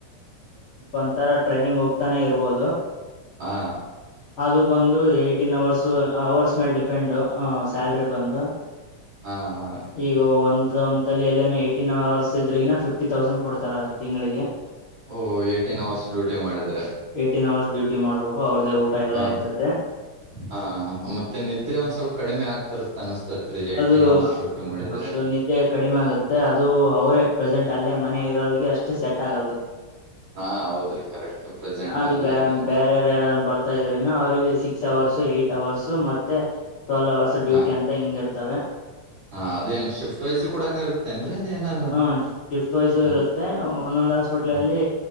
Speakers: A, on the left; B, on the right.
A: ಒಂಂತರ ಟ್ರೈನಿಂಗ್ ಹೋಗ್ತಾನೆ ಇರ್ಬೋದು
B: ಹಾ
A: ಅದು ಬಂದು ಏ್ಟೀನ್ ಅವರ್ಸ್ ಅವರ್ಸ್ ಮೇಲೆ ಡಿಪೆಂಡ್ ಸ್ಯಾಲ್ರಿ ಬಂದು
B: ಹಾ ರೀ
A: ಈಗ ಒ ಒಂತಲ್ಲಿ ಎಲ್ಲ ಏ್ಟೀನ್ ಅವರ್ಸ್ ಇದ್ರಗಿನ ಫಿಫ್ಟಿ ತೌಸಂಡ್ ಕೊಡ್ತಾರ ತಿಂಗಳಿಗೆ
B: ಓಹ ಏಟೀನ್ ಅವರ್ಸ್ ಡ್ಯೂಟಿ ಮಾಡಿದ್ರೆ
A: ಏ್ಟೀನ್ ಅವರ್ಸ್ ಡ್ಯೂಟಿ ಮಾಡ್ಬೇಕು ಅವ್ರದೇ ಊಟ ಎಲ್ಲಾ
B: ಹ
A: ಇರ್ತತೆ
B: ಹಾ ಮತ್ತೆ ನಿದ್ದೆ ಒಂದ್ ಸ್ವಲ್ಪ ಕಡಿಮೆ ಆಗ್ತರತ್ತ ಅನಸ್ತತ್ರಿ ಏಟೀನ್
A: ಅದು
B: ಅವರ್ಸ್
A: ಹ
B: ಡ್ಯೂಟಿ ಮಾಡಿದ್ರೆ
A: ಅದು ನಿದ್ದೆ ಕಡಿಮೆ ಆಗುತ್ತೆ ಅದು ಅವರೇ ಪ್ರೆಸೆಂಟ್ ಅಲ್ಲೇ ಮನೆ ಇರೋಿಗೆ ಅಷ್ಟೇ ಸೆಟ್ ಆಗದು
B: ಹಾ ಹೌದ್ರಿ ಕರೆಕ್ಟ್ ಪ್ರೆಸೆಂಟ್
A: ಅದು
B: ಅಲ್ಲೇ
A: ಬ
B: ಇದು ಮಾ-
A: ಬೇರೆಾರ ಯಾರಾರು ಬರ್ತಾ ಇದ್ರನ ಅವ್ರಿಗೆ ಇ ಸಿಕ್ಸ್ ಅವರ್ಸ್ ಏಟ್ ಅವರ್ಸ್ ಮತ್ತೆ ಟ್ವೆಲ್ ಅವರ್ಸ್
B: ಹಾ
A: ಡ್ಯೂಟಿ ಅಂತ ಹಿಂಗ ಇರ್ತವೆ
B: ಹಾ ಅದೇನ್ ಶಿಫ್ಟ್ ವೈಸ್ ಕೂಡ ಏ ಇರುತ್ತೆ ಅಂದ್ರೆ ಅದ ಏನಾರ
A: ಹ ಶಿಫ್ಟ್ ವೈಸು
B: ಹ್ಮ್
A: ಇರುತ್ತೆ ಒಂದೊಂದ್ ಹಾಸ್ಪಿಟ್ಲ
B: ಹ್ಮ್
A: ಅಲ್ಲಿ